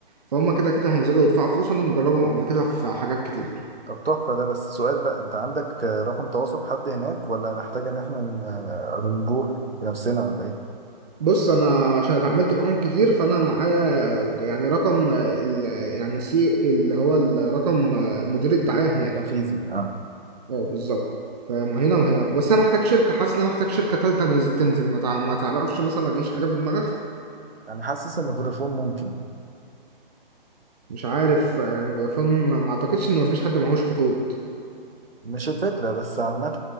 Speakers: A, on the right; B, on the right.
A: فهم كده كده هينزلوا يدفعوا فلوس انا مجربهم قبل كده في حاجات كتير
B: طب تحفة ده بس سؤال بقى انت عندك آه، رقم تواصل حد هناك ولا نحتاج ان احنا ن- آه، نروح بنفسنا ولا ايه
A: بص انا عشان اتعاملت معاهم كتير فانا معايا يعني رقم ال يعني سي اللي هو الرقم مدير الدعاية
B: مدير
A: هناك
B: تنفيذي اه
A: اه بالظبط فما هنا وهنا بس انا محتاج شركة حاسس ان انا محتاج شركة تالتة نز- تنزل ما تع- ما تعرفش مثلا ما تجيش حاجة في دماغك
B: انا حاسس ان فودافون ممكن
A: مش عارف يعني بفن ما اعتقدش ان مفيش حد معهوش خطوط
B: مش الفكره بس عامه